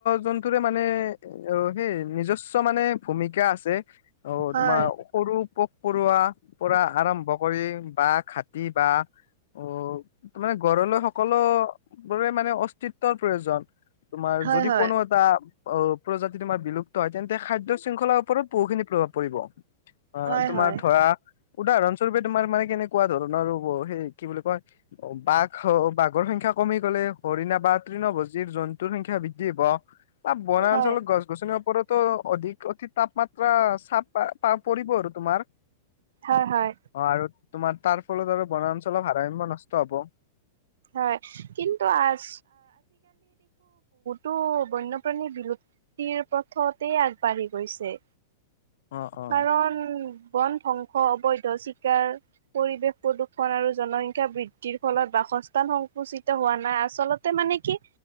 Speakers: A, on the left; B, on the right.
A: জন্তুৰে মানে অ সেই নিজস্ব মানে ভূমিকা আছে অ
B: হয়
A: তোমাৰ সৰু পৰুৱা পৰাৰা আৰম্ভ কৰি বা খাটি বা উ তাৰ মানে ঘৰলৈ সকলোবোৰে মানে অস্তিত্বৰ প্ৰয়োজন তোমাৰ
B: হয়
A: যদি
B: হয়
A: কোনো এটা অ প্ৰজাতি তোমাৰ বিলুপ্ত হয় তেন্তে খাদ্য শৃংখলাৰ ওপৰত বহুখিনি প্ৰভাৱ পৰিব। অ
B: হয়
A: তোমাৰ
B: হয়
A: ধৰা উদাহৰণস্বৰূপে তোমাৰ মানে কেনেকুৱা ধৰণৰ সেই কি বুলি কয় বাঘ বাঘৰ সংখ্যক কমি গ'লে হৰিণা বা তৃণ ভজিৰ জন্তুৰ সংখ্যা বৃদ্ধি হব। আ বনাঅঞ্চলৰ
B: হয়
A: গছ গছনি ওৰতো অধিক অতি তাপমাত্ৰা চাপ পৰিব আৰু তোমাৰ
B: হয় হয়
A: অ আৰু তোমাৰ তাৰ ফলত আৰু বনাঞ্চলৰ ভাৰাম্য নষ্ট হ'ব।
B: হয় কিন্তু আজ টো বন্যপ্ৰাণী বিলু্পতিৰ পথতেই আগবাঢ়ি গৈছে।
A: অ অ
B: কাৰণ বন ধ্বংস অবৈধ চিকাৰ পৰিৱেশ প্ৰদূষণ আৰু জনসংখ্যা বৃদ্ধিৰ ফলত বাস সংস্থান সংকুচিত হোৱা নাই আচলতে মানে কি?